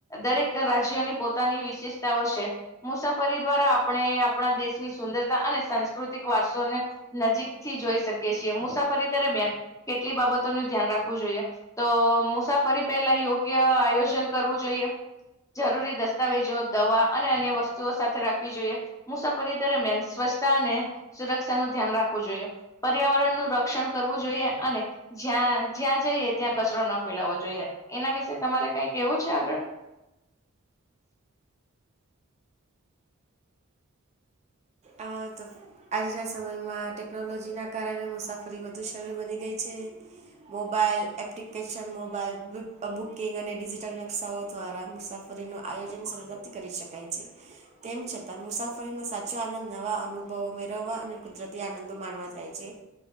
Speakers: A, on the left (about 15°); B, on the right (about 30°).
A: દરેક રાજ્યોની પોતાની ની વિશેષતાઓ છે મુસાફરી દ્વારા આપણે આપણા દેશની સુંદરતા અને સાંસ્કૃતિક વારસોને નજીક થી જોઈ શકીએ છીએ મુસાફરી દરમિયાન કેટલી બાબતોનું ધ્યાન રાખવું જોઈએ તો મુસાફરી પહેલા યોગ્ય આયોજન કરવું જોઈએ જરૂરી દસ્તાવેજો દવા અને અન્ય વસ્તુઓ સાથે રાખવી જોઈએ મુસાફરી દરમિયાન સ્વચ્છતા અને સુરક્ષા નું ધ્યાન રાખવું જોઈએ પર્યાવરણનું રક્ષણ કરવું જોઈએ અને જ્યાં જ્યાં જઈએ ત્યાં કચરો ન ફેલાવવો જોઈએ એના વિશે તમારે કઈ કેવું છે આગળ
B: આ તો આજના સમયમાં ટેકનોલોજી ના કારણે મુસાફરી વધુ સરળ બની ગઈ છે મોબાઈલ એપ્લિકેશન મોબાઈલ બુકિંગ અને ડિજિટલ નકશાઓ દ્વારા મુસાફરી રીયોજન સરથી કરી શકાય છે તેમ છતાં મુસાફરીનો સાચો આનંદ નવા અનુભવો મેળવવા અને કુદરતી આનંદો માણવા થાય છે